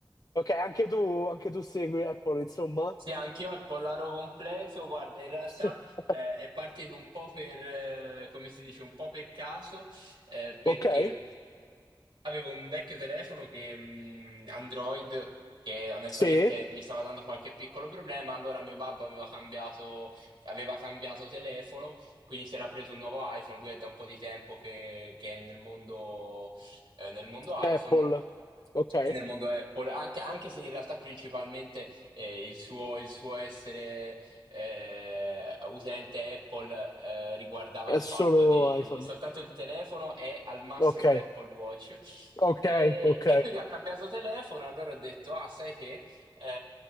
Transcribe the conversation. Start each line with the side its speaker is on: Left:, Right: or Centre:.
Left: Ok, anche tu, anche tu segui Apple, insomma.
Right: Sì, anch'io è Pollaro completo. Guarda, in realtà
Left: <laughs>
Right: eh, è partito un po' per, eh, come si dice, un po' per caso, eh, perché
Left: Ok?
Right: avevo un vecchio telefono che, mh, Android che onestamente
Left: Sì,
Right: mi stava dando qualche piccolo problema. Allora mio babbo aveva cambiato, aveva cambiato telefono, quindi si era preso un nuovo iPhone. Lui è da un po' di tempo che, che è nel mondo eh, nel mondo iPhone.
Left: Apple. Ok,
Right: E nel mondo Apple, anche, anche se in realtà principalmente eh, il suo, il suo essere eh, utente Apple eh, riguardava
Left: è
Right: il fatto
Left: solo
Right: di
Left: iPhone.
Right: soltanto il telefono e al massimo
Left: Ok,
Right: l'Apple Watch.
Left: ok,
Right: E,
Left: ok.
Right: e quindi ha cambiato telefono, allora ho detto, ah, sai che eh,